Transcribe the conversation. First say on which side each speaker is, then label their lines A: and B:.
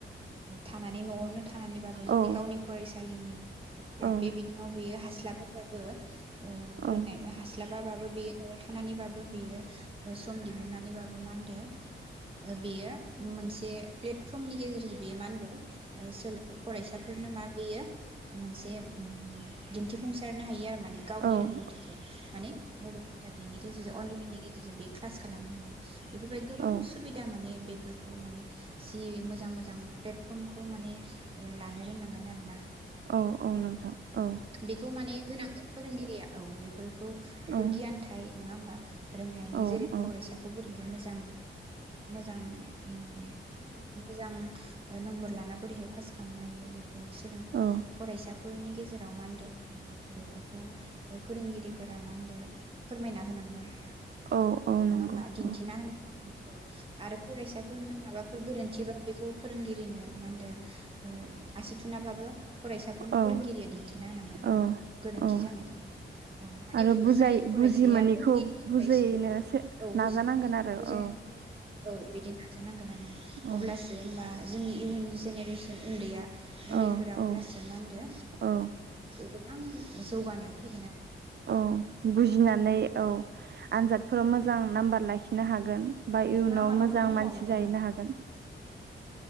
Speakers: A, on the right; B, on the right.
A: थानानै न'आवनो थानानैबाबो जोंनि
B: औ ओ
A: गावनि फरायसालिनि
B: औ
A: बे बिथिङाव बियो हास्लाब <inaudible> ओ फोरोंनाय
B: औ
A: हास्लाब माबाबाबो बेयो न'आव थानानैबाबो बेयो ओ सम दिहुननानैबाबो मा होनदो ओ बेयो मोनसे प्लेटफर्मनि गेजेरजों जुदि बेमान ओ सोलो फरायसा फोरनो मा बेयो मोनसे दिन्थिफुंसारनो हायो आरो माने गावनिों
B: औ
A: रोंगौथिखौ माने <unintelligible> आनलाइन नि गेजेरजों बे क्लास खालामनानै बेफोरबाय गोबां
B: औ
A: सुबिदा माने बे बेफोरखौ माने सि मोजां मोजां प्लेटफर्मखौ माने लानो रोंनांगोन आरो ना
B: औ औ नोंथां औ
A: बेखौ माने होनांगोन फोरोंगिरिया औ बेफोर खौ बेफोर
B: औ
A: गियानथाय नोङा होमबा? रोंनायनि
B: औ
A: जेरै
B: औ
A: फरायसाखौबो बेहाय मोजां मोजां होम मोजां ओ नम्बर लाना बोरैहाय पास खालामनो हायो बे ओ सोलों
B: औ
A: फरायसा फोरनि गेजेराव मानदो बेफोरखौ फोरोंगिरिफोरा मानदो फोरमायना होनांगोन।
B: औ औ नंगौ
A: नोङा होमबा दिन्थिना
B: औ
A: होनांगोन औ आरो फरायसाफोरनो माबा फोर गोरोन्थिबा बेखौ फोरोंगिरिनो मा होनदो ओ आसि थुुनाबाबो फरायसाफोरनो
B: औ
A: फोरोंगिरिया दिन्थिनो होनांगोन
B: औ
A: नोंङा <unintelligible> गोरोन्थि
B: औ
A: जानायखौ औ माने
B: आरो बुजाय
A: जाय फरायसाया
B: बुजि मोनैखौ
A: फोरोंगिरिनिफ्रायसो
B: बुजायनो
A: औ बुजिमोनैखौ
B: नाजानांगोन आरो
A: बुजाय
B: औ
A: औ बिदि नाजानांगोन आरो
B: औ
A: अब्लासो होमबा <unintelligible> जोंनि इयुन जेनेरेसन उन्दैया उन्दैफोरा
B: औ
A: अब्लासो
B: औ
A: मा होनदो?
B: औ
A: गोबां जौगानायाव फै
B: औ बुजिनानै औ आनजादफोराव मो जां नाम्बार लाखिनो हागोन। बा इयुनाव
A: नोंथाङा माबाफोर
B: मोजां
A: बुंबावनो
B: मानसि
A: दं
B: जाहैनो
A: नामा
B: हागोन।